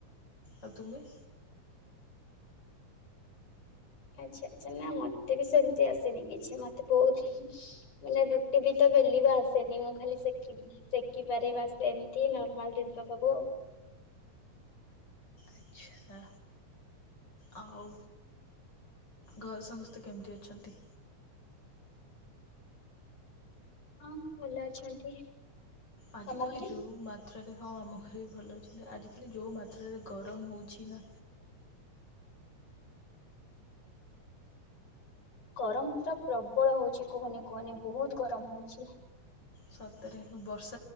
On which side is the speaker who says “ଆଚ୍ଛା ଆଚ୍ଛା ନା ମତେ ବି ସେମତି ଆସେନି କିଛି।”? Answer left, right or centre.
Left